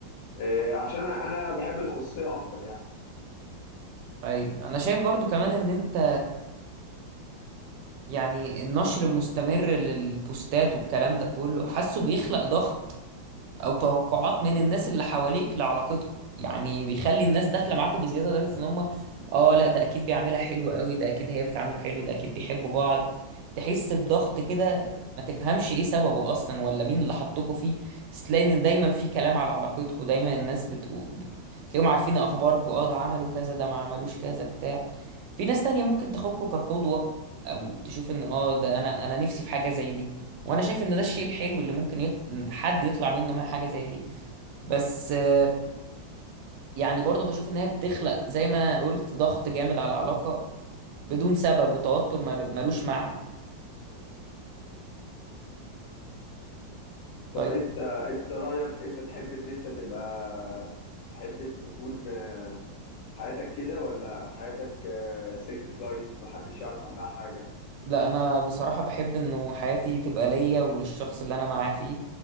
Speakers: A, on the left (about 70°); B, on the right (about 75°).
A: آه، عشان انا أنا بحب الخصوصيه اكتر يعني
B: أيوه أنا شايف برضو كمان إن أنت يعني النشر المستمر للبوستات والكلام ده كله حاسه بيخلق ضغط او توقعات من الناس اللي حواليك لعلاقتكم يعني بيخلي الناس داخله معاكم بزياده لدرجه ان هم اه لا ده اكيد بيعملها حلو قوي ده اكيد هي بتعامله حلو ده اكيد بيحبوا بعض تحس بضغط كده ما تفهمش ايه سببه اصلا ولا مين اللي حطكوا فيه بس تلاقي ان دايما في كلام على علاقتكم دايما الناس بتقول تلاقيهم عارفين اخباركم اه ده عملوا كذا ده ما عملوش كذا بتاع في ناس تانية ممكن تاخدكوا كقدوة او تشوف ان اه ده انا انا نفسي في حاجة زي دي وانا شايف ان ده الشيء الحلو اللي ممكن يط... حد يطلع منه مع حاجه زي دي بس آه، يعني برضو بشوف ان هي بتخلق زي ما قلت ضغط جامد على العلاقه بدون سبب وتوتر مل- ملوش معنى
A: طب
B: طيب
A: انت انت رأيك انت تحب ان انت تبقى تحب ان تكون آه، حياتك كده ولا حياتك سيكرت لايف محدش يعرف عنها حاجة
B: لا انا بصراحه بحب انه حياتي تبقى ليا وللشخص اللي انا معاه فيه